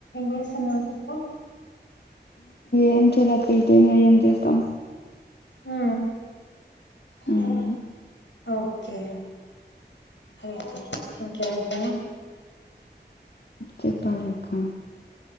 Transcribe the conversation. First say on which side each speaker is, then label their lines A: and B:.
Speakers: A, on the left; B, on the left.
A: చేస్తున్నా చెప్పు
B: ఏం చేయలేక టై ఏం చేస్తాం
A: హ హ
B: ఉమ్
A: ఓకే హ ఓకే ఓకే
B: చెప్పాలాలక్క